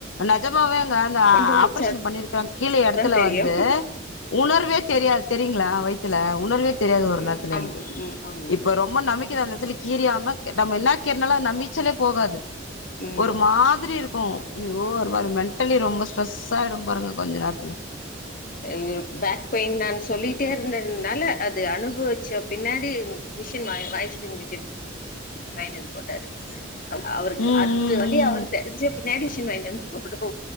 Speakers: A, on the left (about 80°); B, on the left (about 45°).
A: நெஜமாவே அங்க அந்த
B: அனுபவிச்சாதா
A: ஆப்ரேஷன் பண்ணிருக்க கீழே எடத்துல
B: தெரியு
A: வந்து உணர்வே தெரியாத் தெரிய்ங்ளா வயித்தல உணர்வே தெரியாது ஒரு
B: ம்
A: நேரத்துல
B: ஆமா
A: எனக்கு
B: ம் ஆமா
A: இப்ப ரொம்ப நம்பிக் கீழ அந்த சொல்லி கீரிய நம்ம கேட்டாம்ம என்ன கெட்டுனாலும் நம்பீச்சலே போகாது
B: ம்
A: ஒரு மா திரி இருக்கும் அய்யோ ஒரு மாதிரி மெண்டலி ரொம்ப ஸ்ட்ரெஸ் ஆயிடும் பாருங்க கொஞ்ச நேர்த்துல
B: அய்யயோ பேக் பெயின் தான் சொல்லிட்டே
A: ம்
B: இருந்ததுனால அது அனுபவிச்ச பின்னாடி மிஷின் வாய் வய்சுங்க வாய்ன்ட்டு போட்டாரு அவருக்கு
A: ம் ம்
B: அது
A: ம்
B: வழி அவர்
A: ம்
B: தெரிஞ்சப்ப நடிஷின் வாங்கிந்து போடுது